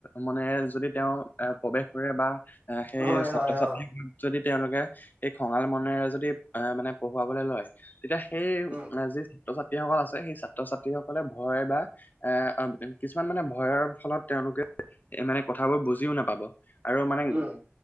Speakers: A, on the left; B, on the right.
A: মনেৰে যদি তেওঁ এ প্ৰৱেশ কৰে বা এ সেই
B: হয়,
A: ছাত্ৰ
B: হয়,
A: ছাত্ৰী
B: অ,
A: যদি তেওঁলোকে এই খঙাল মনেৰে যদি আহ মানে পঢ়ুৱাবলৈ লয় তেতিয়া সেই
B: উম,
A: যি ছাত্ৰ ছাত্ৰীসকল আছে সেই ছাত্ৰ ছাত্ৰী সকলে ভয় বা এ কিছুমান মানে ভয়ৰ ফলত তেওঁলোকে এ মানে কথাবোৰ বুজিও নাপাব আৰু মানে
B: উম,